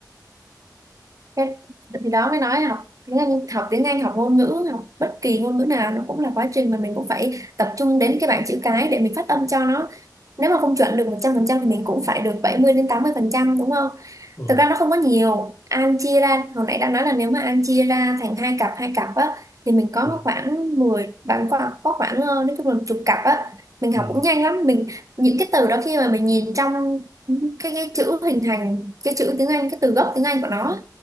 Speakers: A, on the right; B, on the left.
A: Thế thì đó mới nói là học tiếng Anh học tiếng Anh học ngôn ngữ học bất kỳ ngôn ngữ nào nó cũng là quá trình mà mình cũng phải tập trung đến cái bảng chữ cái để mình phát âm cho nó nếu mà không chuẩn được 100% thì mình cũng phải được 70 đến 80% đúng không
B: ừ
A: thực ra nó không có nhiều An chia ra hồi nãy đã nói là nếu mà An chia ra thành hai cặp hai cặp á thì mình có
B: ừ
A: khoảng 10, bạn có, có khoảng ờ, nói chung là một chục cặp á mình học
B: ừ
A: cũng nhanh lắm mình những cái từ đó khi mà mình nhìn trong cái cái chữ hình thành cái chữ tiếng Anh cái từ gốc tiếng Anh của nó á,